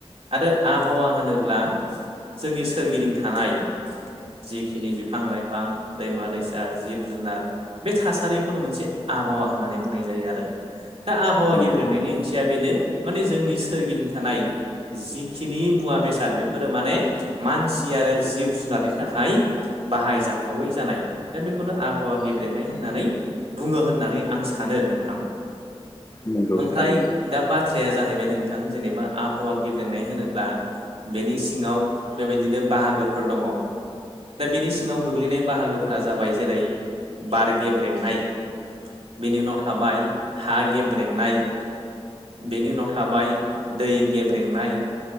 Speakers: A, on the right; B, on the left.
A: आरो आबहावा होनोब्ला जोंनि सोरगिदिं थानाय जिखिनि बिफां लाइफां दैमा दैसा जिब जुनार बे थासारिखौनो मोनसे आबहावा होननानै बुंनाय जायो आरो। दा आबहावा
B: नंगौ
A: गेब्रोंनायनि ओंथिया बेनो माने जोंनि सोरगिदिं थानाय जिखिनि मुवा बेसाद बेफोरो माने मानसि आरो जिब जुनारनि थाखाय बाहायजाथावै जानाय दा बेखौनो आबहावा गेब्रेंनाय होननानै बुङो होननानै आं सानो नोंथां।
B: नंगौ
A: ओमफ्राय
B: थारैनो
A: दा बा थ्राया जाहैबाय नोंथां जेनेबा आबहावा गेब्रेंनाय होनोब्ला बेनि सिङाव बेबायदिनो बाहागोफोर दङ दा बेनि सिङाव गोग्लैनाय बाहागोफ्रा जाबाय जेरै बार गेब्रेंनाय बेनि उनाव थाबाय हा गेब्रेंनाय बेनि उनाव थाबाय दै गेब्रेंनाय